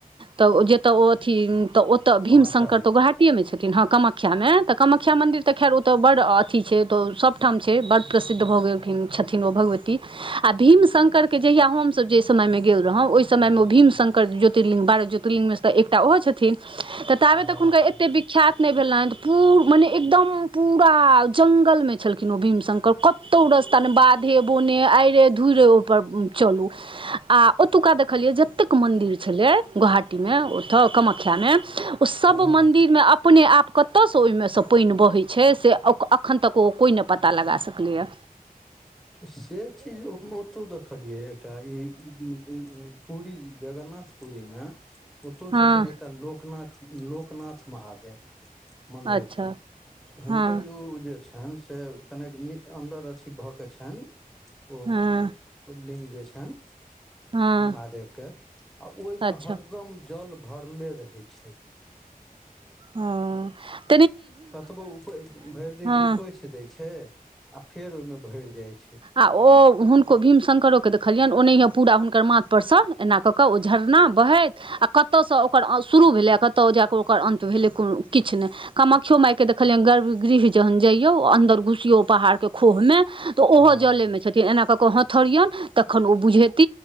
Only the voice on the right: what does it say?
तऽ जतऽ ओ अथी तऽ ओतऽ
भीम शंकर तऽ गोहाटीए मे छथि ठीन हँ कामख्या मे तऽ कामख्या मन्दिर तऽ खैर ओतऽ बड अथी छै त सबठाम छैय बड प्रसिद्ध भऽ ओलखिन छठिन ओ भगवती आ भीमशंकर के जहिया हम सब जेय समय में गेल रहौ ओहि समय मे ओ भीम शंकर ज्योर्तिंलिंग बारह ज्योर्तिंलिंग मे से त एकटा ओहो छथिन तऽ ताबे
तक हुनकर एते विख्यात नहि भेलैन पू मने एकदम पूराआ जंगल में छलखिन ओ भीम शंकर कतौ ताने बाधे बोने आइरे धुरे ओ चलू आ ओतुका त खलिए जतेक मन्दिर छलै गोहाटीमे ओतऽ कामख्यामे ओ सब
मन्दिरमे अपने आप कतअसँ ओहिमेसँ पाइन बहै छै से ओक अखन तक ओ कोइ नहि पता लगा सकलैया
हँ
अच्छा
हँ
हँ
हँ
अच्छा
अउं
हँ
आ ओ हुनको भीम शंकरो क देखऽ हलियन ओनेहे पूरा हुनकर माथ पर सँ एना क कऽ ओ झरना बहैत आ कतअसँ ओकर अं शुरू उ भेलै कतौ जा कऽ ओकर अंत भेलै कोरो किछ नैय कामाख्यो माय के देखलियै गर्भ गृह जहन जइयो अंदर घुसीयौ पहाड के खह मे त उहो
जले मे छथीन एना क क पाथर यनि तखन ओ बुझेैत